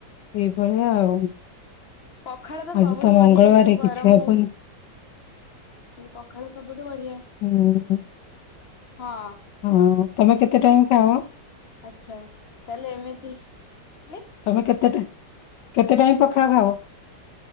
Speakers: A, on the left; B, on the left.
A: ଏଇଭଳିଆ ଆଉ।
B: ପଖାଳ ତ ସବୁଠୁ
A: ଆଜି ମଙ୍ଗଳବାର
B: ବଢିଆ ଏଇ ଯୋଉ ଗରମ
A: କିଛି ହବନି
B: ହୋଉଚି ଏଇ ପଖାଳ ସବ ବୁଠୁ ବଢିଆ।
A: ହୁଁ
B: ହଁ
A: ହଁ ତମେ କେତ ତେ ଟାଇମ ଖାଅ?
B: ଆଛା ତାହେଲେ ଏମିତି ହେଲେ
A: ତମେ କେତେଟା? କେତେ ଟାଇମ ପଖାଳ ଖାଅ?